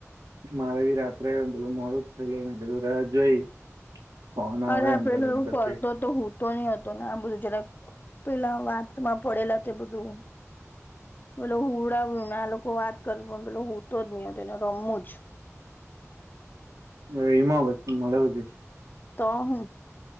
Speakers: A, on the right (about 85°); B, on the left (about 35°).
A: મારે બી રાત્રેમ પેલું મોડું જ થયેલું પેલું રાત જોઈ ફન
B: અરે
A: હ એમ
B: આ પેલું
A: કરીને
B: એવું
A: પછી
B: કરતો તો હું તો નહ હતો ને આ બધું જરા પેલા વાતમાં પડેલા તે બધું પેલો હુડાવ્યુંને આ લોકો વાત કર પણ પેલો હુંડ તો જ નઈ એને રમવું જ
A: હ હમા બસ મળ વધી
B: તો હ